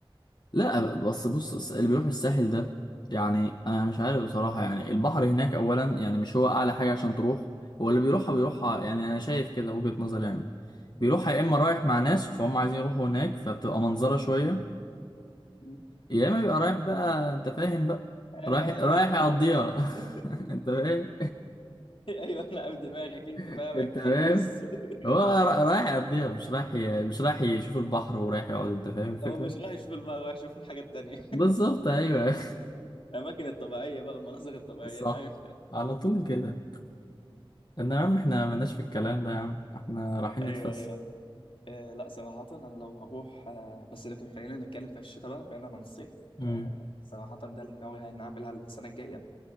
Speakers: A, on the left; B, on the left.
A: لا بس بص الس- اللي بيروح الساحل ده يعني أنا مش عارف بصراحة يعني البحر هناك أولا يعني مش هو أعلى حاجة عشان تروح هو اللي بيروحها بيروحها يعني أنا شايف كده وجهة نظر يعني بيروحها يا إما رايح مع ناس فهم عايزين يروحوا هناك فبتبقى منظرة شوية
B: مم.
A: يا اما بيبقى رايح بقى انت فاهم بقى
B: يعني
A: رايح رايح يقضيها
B: <laughs>
A: <laughs> انت فاهم
B: ايوه انا عارف دماغك انت
A: <laughs>
B: فاهمك
A: انت
B: يا
A: فاهم
B: خلبوس
A: هو
B: <laughs>
A: را- رايح يقضيها مش رايح ي... مش رايح يشوف البحر ورايح يقعد انت فاهم الفكرة
B: هو مش رايح يشوف المرة رايح يشوف الحاجة التانية <laughs>
A: بالظبط ايوه
B: الاماكن الطبيعيه بقى المناظر الطبيعيه
A: <laughs> صح
B: ده عارف
A: على طول كده ان يا عم احنا مالناش في الكلام ده يا عم احنا
B: <laughs>
A: رايحين
B: ايوه
A: نتفسح
B: ايوه آه لا صراحه انا لو هروح آه بس لكن خلينا نتكلم في الشتاء بقى بعيدا عن الصيف
A: امم
B: آه صراحه ده اللي ناوي هنعملها السنه الجايه